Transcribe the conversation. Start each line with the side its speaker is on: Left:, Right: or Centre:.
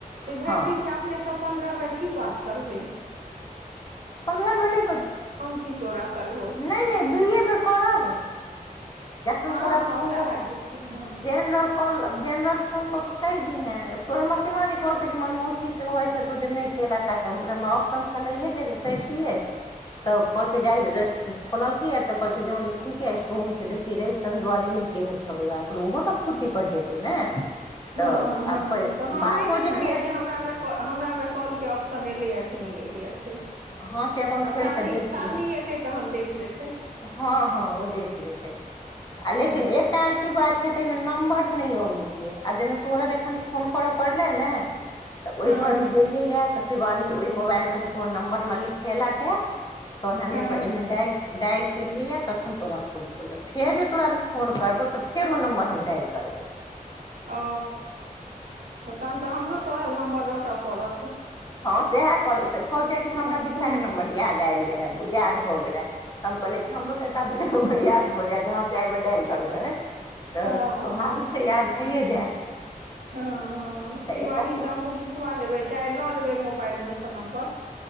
Right: त भरि
Left: हँ
Right: दिन मे अपने सब पंद्रह बेर की बात करबै
Left: पन्द्रह बेर नहि क
Right: की तोरा करबो
Left: नहि नहि दुूइए बेर करब देखन
Right: हँ
Left: तोरा
Right: हँ
Left: फोन
Right: सएह
Left: रहत
Right: हेतै हँ
Left: जेहेन कॉल जेनरल फोन कऽ कऽ कहि दीहे तोहर हमर सिवानी कहलकै जे म मौसी कहइ हेतौ जे नहि केलक त हम कहल ऑप्शन छेलैहे जे करितियै तऽ कल के जाय खोलल क य त कहल कैए जे मम्मी डीके स्टोन छै देख कि रैव शैन दुआरे नहि कयने छलहुँ हम कह ओहोसभ छुट्टी पर हेतै ने तऽ
Right: हँ
Left: आ
Right: हँ त हम
Left: बातो
Right: नहि देखलियै
Left: भेल
Right: जे हमरामे क हमरा मे कॉल के ऑप्शन एलैए कि नहि एलैए से
Left: हँ से अपन
Right: आब
Left: खोलि
Right: सालनी
Left: कऽ देख
Right: सालनी
Left: लिहे
Right: एतै तहन देख लेतै
Left: हँ हँ ओ देख लेतै आ
Right: हूँ
Left: लेकिन एकटा आर की बात छै ताहिमे नम्बर नहि अबैत छै आब जेना तोर एखन फोन करय पड़लै ने तऽ ओहि
Right: हँ
Left: घर मे
Right: हँ
Left: गेलियैए तऽ शिवानी ओहि मोबाइल मे सँ तोहर नम्बर हम लिखेलक हे तन हमे
Right: हँ
Left: ईमे डायल डायल के कलियैए तखन तोरा फोन कलऽ फेर जे तोरा फोन करबौ तऽ फेर ओ नम्बर हम डायल करबै
Right: ओ तऽ तहन तऽ हमरो तऽएह नम्बर रोटय पड़त
Left: हँ सएह कह कहलकै कि हमरा
Right: हँ
Left: दीक्षाके नम्बर याद आबि गेलए याद भऽ गेलए त हम कहलक कि हमरो तिक बरियार भऽ जायत जहाँ चारि बेर डायल करबै तऽ
Right: हँ
Left: स्वभाविक छै याद भइए जायत
Right: हँ हँ शिवानी
Left: तऽ एकटा
Right: से हमहूँ लिखबा लेबै चाहे लऽ लेबै मोबाइल मे सँ नम्बर